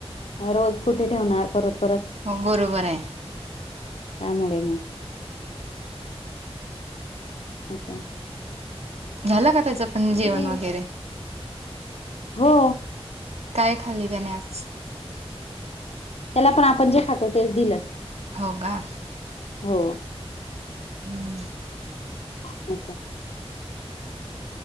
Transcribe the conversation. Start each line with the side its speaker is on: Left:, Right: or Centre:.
Left: रोज कुठे ठेवणार परत परत?
Right: हो बरोबर आहे.
Left: चांगलय मग. असं आहे.
Right: झालं का त्याचं पण जेवण
Left: आहे.
Right: वगैरे?
Left: हो.
Right: काय खाल्ली त्याने आज?
Left: त्याला पण आपण जे खातोय तेच दिलं.
Right: हो का?
Left: हो.
Right: हम्म.
Left: <unintelligible>